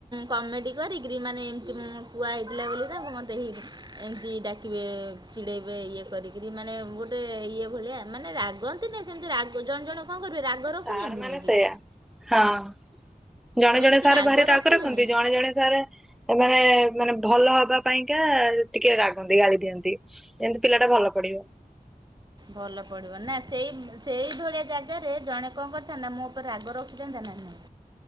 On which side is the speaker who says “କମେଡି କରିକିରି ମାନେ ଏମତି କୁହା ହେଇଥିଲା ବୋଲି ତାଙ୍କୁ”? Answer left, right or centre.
Right